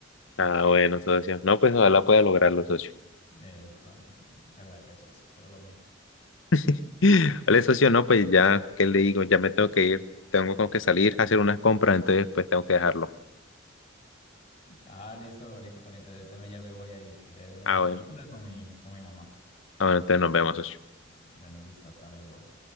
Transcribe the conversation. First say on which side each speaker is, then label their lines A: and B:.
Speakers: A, on the left; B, on the left.
A: Ah, bueno, socio. No, pues ojalá pueda lograrlo, socio.
B: Eh, yo tam- es- muchas gracias, socio, pero lo mismo.
A: <gasps> <laughs> Vale, socio, no, pues ya, ¿qué le digo? Ya me tengo que ir. Tengo como que salir a hacer unas compras, entonces pues tengo que dejarlo.
B: Ah, listo, listo, poniente. Yo también ya me voy a ir. Quedé ver una
A: Ah,
B: película
A: bueno.
B: con mi, con mi mamá.
A: Ah, bueno, entonces nos vemos, socio.
B: Bueno, listo, hasta luego.